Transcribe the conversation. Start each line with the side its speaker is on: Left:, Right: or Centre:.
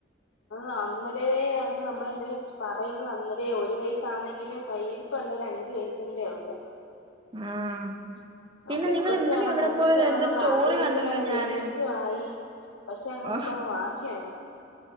Left: ആ അന്നരവേഅങ്ങ് നമ്മളെന്തേലും പറയുന്ന അന്നേരേ ഒരു വയസാന്നെങ്കിലും കൈയിലിരിപ്പ് കണ്ടാ ഒരഞ്ച് വെയസിന്റെ ഉണ്ട്.
Right: ആഹ് പിന്നെ
Left: ആ പെൺകൊച്ച്
Right: നിങ്ങള് ഇന്നലെ
Left: വേണം
Right: എവിടെ
Left: പെൺകൊച്ച്
Right: പോയതാ
Left: വേണം
Right: എന്തോ
Left: എന്നുള്ള
Right: സ്റ്റോറി
Left: ആഗ്രഹത്തിൽ
Right: കണ്ടല്ലോ
Left: അങ്ങ്
Right: ഞാന്
Left: പെൺകൊച്ചും ആയി പക്ഷെ അങ്ങ്
Right: ആ
Left: ഇപ്പൊ അങ്ങ് വാശിയാങ്ങ്